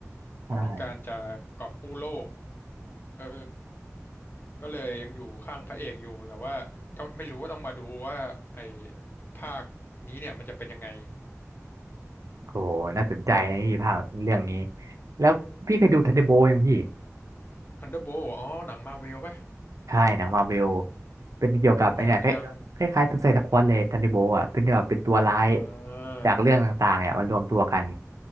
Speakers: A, on the left; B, on the right.
A: เขาต้องการจะกอบกู้โลก
B: ใช่
A: เออ ก็เลยยังอยู่ข้างพระเอกอยู่แต่ว่าก็ไม่รู้ว่าต้องมาดูว่าไอ้ภาคนี้เนี่ยมันจะเป็นยังไง
B: โอ้น่าสนใจนะพี่ภาคเรื่องนี้แล้วพี่เคยดูทันเดอร์โบลยังพี่
A: Thunderbolt อ๋อหนังมาเวลปะ
B: ใช่หนังมาเวล เป็นเกี่ยวกับไอเนี่ย
A: ยังยัง
B: คล้ายคล้ายๆสุไซด์สควอดเลยทันนิโบอ่ะเป็นแบบเป็นตัวร้าย
A: อ่า
B: จากเรื่องต่างๆเนี่ยมันรวมตัวกัน